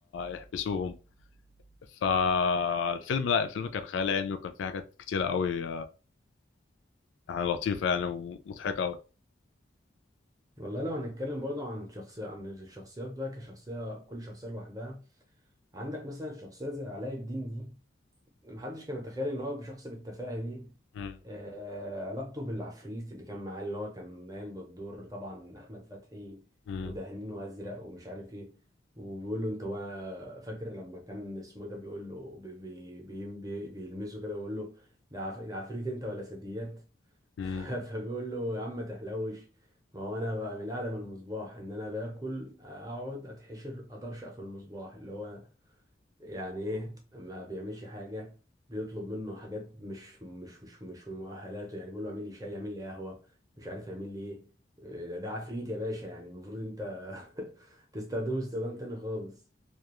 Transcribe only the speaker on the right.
والله لو هنتكلم برضو عن شخصية عن الشخصيات بقى كشخصية كل شخصية لوحدها عندك مثلا شخصية زي علاء الدين دي محدش كان يتخيل ان هو بشخص بالتفاهة دي
آه علاقته بالعفريت اللي كان معاه اللي هو كان قايم بالدور طبعا أحمد فتحي
ودهنينه أزرق ومش عارف ايه وبيقول له انت وا- فاكر لما كان اسمه ده بيقول له بي بي بي بي- بيلمسه كده ويقول له ده عف- عفريت انت ولا ثدييات
<laughs> فبيقول له يا عم ما تحلوش ما هو انا بقى من القعده من المصباح ان انا باكل اقعد اتحشر اطرشق في المصباح اللي هو يعني ايه ما بيعملش حاجه بيطلب منه حاجات مش مش مش مش من مؤهلاته يعني بيقول له اعمل لي شاي اعمل لي قهوه مش عارف يعمل لي ايه إيه، ده عفريت يا باشا يعني المفروض انت <laughs> تستخدمه استخدام تاني خالص